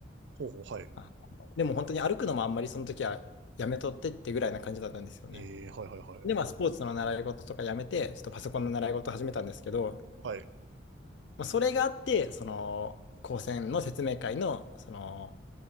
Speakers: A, on the right; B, on the left.
A: ほうほう、はい。
B: あでも本当に歩くのもあんまりその時はやめとってってぐらいな感じだったんですよね。
A: えー、はい、はい、はい。
B: で、まあ、スポーツの習い事とかやめて、ちょっとパソコンの習い事始めたんですけど、
A: はい。
B: まあ、それがあって、その、高専の説明会の、その、